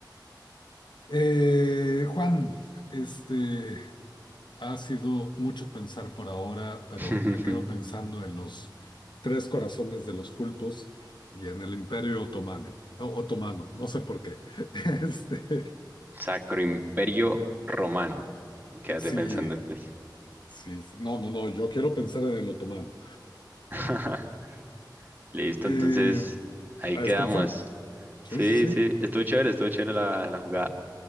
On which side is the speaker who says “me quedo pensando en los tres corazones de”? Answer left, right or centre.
Left